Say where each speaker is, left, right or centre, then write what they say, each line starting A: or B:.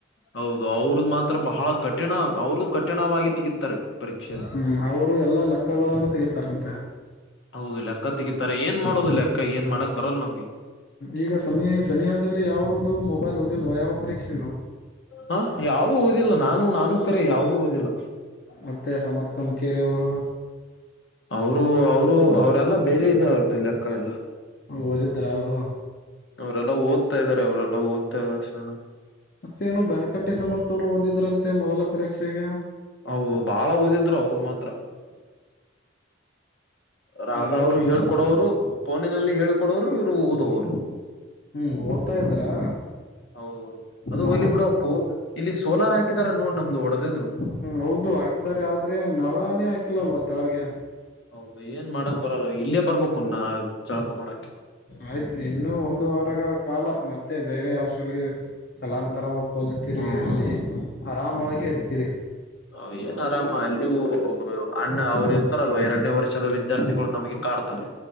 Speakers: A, on the left; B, on the left.
A: ಹೌದು ಅವ್ರದ ಮಾತ್ರ ಬಹಳ ಕಠಿಣ ಅವರು ಕಠಿಣವಾಗಿ ತೆಗತಾರೆ ಪರೀಕ್ಷೆ
B: ಹ್ಮ್ ಅವರು ಎಲ್ಲಾ ಲೆಕ್ಕಗಳನ್ನು ತೆಗಿತಾರಂತೆ
A: ಹೌದು ಲೆಕ್ಕ ತೆಗತಾರೆ ಏನ್ ಮಾಡೋದು ಲೆಕ್ಕ ಏನ್ ಮಾಡಕ್ ಬರಲ್ಲ ನಮ್ಗೆ
B: ಈಗ ಸಮಿ ಸನಿಹದಲ್ಲಿ ಯಾವದು ಮೊಬೈಲ್ ಓದಿಲ್ವಾ ಯಾವ ಪರೀಕ್ಷೆಗ
A: ಹಾ ಯಾವ್ದೂ ಓದಿಲ್ಲ ನಾನು ನಾನು ಕರಿ ಯಾವುದೂ ಓದಿಲ್ಲ
B: ಮತ್ತೆ ಸಮರ್ಥಕಮಿಕೇರಿ ಅವರು
A: ಅವರು ಅವರು ಅವರೆಲ್ಲ ಬೇರೆ ಇದೆ ಅವ್ರದ್ದು ಲೆಕ್ಕ ಎಲ್ಲ
B: ಓದಿದ್ರ ಅವ್ರು
A: ಅವರೆಲ್ಲ ಓದ್ತಾ ಇದಾರೆ ಅವರೆಲ್ಲಾ ಓದ್ತಾ ಸಣ
B: ಮತ್ತೇನು ಬೆನಕಟ್ಟಿ ಸಮರ್ಥವರು ಓದಿದ್ರಂತೆ ಮೊದಲ ಪರೀಕ್ಷೆಗೆ
A: ಹೌದು ಬಾಳ ಓದಿದ್ರು ಅವರು ಮಾತ್ರ ರಾಧ
B: ಯಾವ
A: ಅವರು ಹೇಳೇಳ್ಕೊಡೋರು ಫೋನಿನಲ್ಲಿ ಹೇಳಳ್ಕೊಡೋರು ಇವ್ರು ಓದೋವರು
B: ಹ್ಮ್ ಓದ್ತಾ ಇದ್ರಾ
A: ಹೌದದು ಅದು
B: ಮೊಬ
A: ಹೋಲಿ ಬಿಡಪ್ಪು ಇಲ್ಲಿ ಸೋಲಾರ್ ಹಾಕಿದಿದ್ದಾರೆ ನೋಡ್ ನಮ್ದು ಒಡದಿದ್ರು
B: ಹ್ಮ ಹೌದು ಹಾಕಿದ್ದಾರೆ ಆದ್ರೆ ನನೇ ಹಾಕಿಲ್ಲಲ್ವ ತಳಗೆ
A: ಹೌದು ಏನ್ ಮಾಡಕ್ ಬರಲ್ಲ ಇಲ್ಲೇ ಬರ್ಬೇಕುಾ ಚಳಕ ಮಾಡಕ
B: ಆಯ್ತ ಇನ್ನೂ ಒಂದು ವಾರಗಳ ಕಾಲ ಮತ್ತೆ ಬೇರೆ ಹಾಸ್ಟೆಲ್ಗೆ ಸ್ಥಳಾಂತರವಾಗಿ ಹಲ್ತಿರಿ
A: ಹ್ಮ
B: ಅಲ್ಲಿ ಆರಾಮಾಗಿ ಇರ್ತಿರಿ
A: ಹ ಏನ್ ಆರಾಮ ಅಲ್ಲಯ ಅಣ್ಣ ಅವ್ರು ಇರ್ತಾರಲ್ವ ಎರಡನೇ ವರ್ಷದಿದ ವಿದ್ಯಾರ್ಥಿಗಳು ನಮಗೆ ಕಾಡ್ತಾರೆ